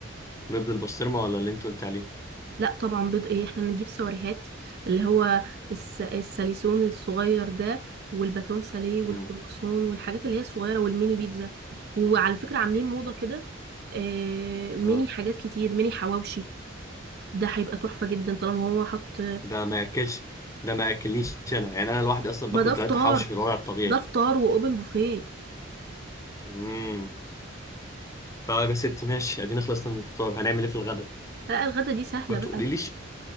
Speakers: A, on the left; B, on the right.
A: بيض بالبسطرمة ولا اللي انت قلت عليه
B: لا طبعا بيض ايه احنا نجيب سواريهات اللي هو الس... الساليسون الصغير ده والباتون ساليه والكرواسون
A: امم
B: والحاجات اللي هي الصغيره والميني بيتزا وعلى فكره عاملين موضه كده آه... ميني
A: اه
B: حاجات كتير ميني حواوشي ده هيبقى تحفه جدا طالما هو حط
A: ده ما ياكلش ده ما ياكلنيش انا يعني انا لوحدي اصلا باكل
B: ما ده
A: ثلاثة
B: فطار
A: حوش في الوضع الطبيعي
B: ده فطار واوبن بوفيه
A: امم طيب يا ست ماشي ادينا خلصنا من الفطار هنعمل ايه في الغدا
B: لا الغدا دي سهله
A: ما
B: بقى
A: تقوليليش